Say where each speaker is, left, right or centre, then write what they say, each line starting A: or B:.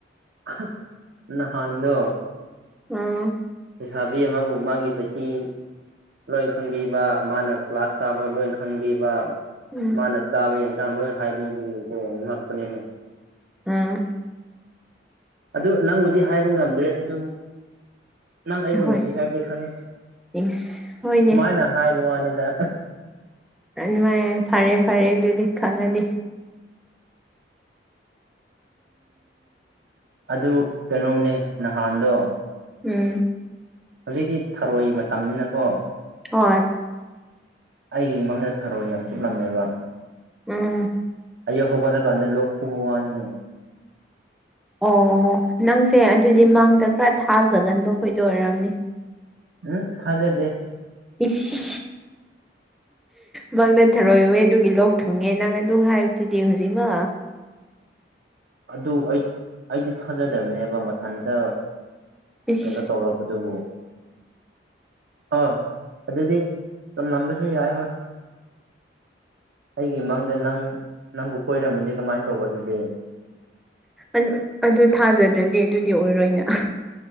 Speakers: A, on the right (about 60°); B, in the centre.
A: ꯑꯁ ꯅꯍꯥꯟꯗꯣ꯫
B: ꯎꯝ꯫
A: ꯂꯩꯁꯥꯕꯤ ꯑꯃꯕꯨ ꯃꯥꯒꯤ ꯆꯍꯤ ꯂꯣꯏꯟ ꯈꯪꯕꯤꯕ ꯃꯥꯅ ꯀ꯭ꯂꯥꯁ ꯀꯥꯕ ꯂꯣꯏꯟ ꯈꯪꯕꯤꯕ꯫
B: ꯎꯝ
A: ꯃꯥꯅ ꯆꯥꯕ ꯌꯦꯟꯁꯥꯡ ꯂꯣꯏ ꯍꯥꯏꯕꯤꯕꯒꯤꯀꯣ ꯉꯛꯄꯅꯤꯅꯦ꯫
B: ꯎꯝ꯫
A: ꯑꯗꯨ ꯅꯪꯕꯨꯗꯤ ꯍꯥꯏꯕ ꯉꯝꯗ꯭ꯔꯦ ꯑꯗꯨꯕꯨ ꯅꯪ ꯑꯩꯕꯨ
B: ꯍꯣꯏ
A: ꯅꯨꯡꯁꯤ ꯍꯥꯏꯕꯗꯤ ꯈꯪꯉꯦ
B: ꯏꯁ ꯍꯣꯏꯅꯦ
A: ꯁꯨꯃꯥꯏꯅ ꯍꯥꯏꯕ ꯋꯥꯅꯤꯗ꯫
B: ꯃꯅꯤ ꯃꯅꯤ ꯐꯔꯦ ꯐꯔꯦ ꯑꯗꯨꯗꯤ ꯈꯪꯉꯗꯤ꯫
A: ꯑꯗꯨ ꯀꯩꯅꯣꯅꯦ ꯅꯍꯥꯟꯗꯣ꯫
B: ꯎꯝ꯫
A: ꯍꯧꯖꯤꯛꯇꯤ ꯊꯔꯣꯏ ꯃꯇꯝꯅꯤꯅꯀꯣ꯫
B: ꯍꯣꯏ꯫
A: ꯑꯩꯒꯤ ꯃꯪꯗ ꯊꯔꯣ ꯌꯥꯝ ꯆꯨꯞꯂꯝꯃꯦꯕ꯫
B: ꯎꯝ꯫
A: ꯑꯌꯨꯛ ꯍꯧꯒꯠꯂꯀꯥꯟꯗ ꯂꯣꯛ ꯈꯨꯕ ꯋꯥꯅꯤꯅꯦ꯫
B: ꯑꯣ ꯅꯪꯁꯦ ꯑꯗꯨꯗꯤ ꯃꯪꯗ ꯈꯔ ꯊꯥꯖꯒꯟꯕ ꯈꯣꯏꯗꯣ ꯑꯣꯏꯔꯝꯅꯤ꯫
A: ꯎꯝ ꯊꯖꯗꯦ꯫
B: ꯏꯁ ꯃꯪꯅ ꯊꯔꯣꯏ ꯎꯋꯦ ꯑꯗꯨꯒꯤ ꯂꯣꯛ ꯊꯨꯡꯉꯦ ꯅꯪ ꯑꯗꯨ ꯍꯥꯏꯕꯗꯨꯗꯤ ꯍꯧꯖꯤꯛꯃ
A: ꯑꯗꯨ ꯑꯩ ꯑꯩꯗꯤ ꯊꯥꯖꯗꯕꯅꯦꯕ ꯃꯊꯟꯇ
B: ꯏꯁ
A: ꯀꯩꯅꯣ ꯇꯧꯔ ꯗꯨꯕꯨ ꯍꯣꯏ ꯑꯗꯨꯗꯤ ꯆꯝꯂꯝꯕꯁꯨ ꯌꯥꯏ ꯍꯣꯏ ꯑꯩꯒꯤ ꯃꯥꯡꯗ ꯅꯪ ꯅꯪꯕꯨ ꯀꯣꯏꯔꯝꯃꯗꯤ ꯀꯃꯥꯏ ꯇꯧꯕ ꯑꯗꯨꯗꯤ
B: ꯎꯝ ꯑꯗꯨ ꯊꯥꯖꯗ꯭ꯔꯗꯤ ꯑꯗꯨꯗꯤ ꯑꯣꯏꯔꯣꯏꯅ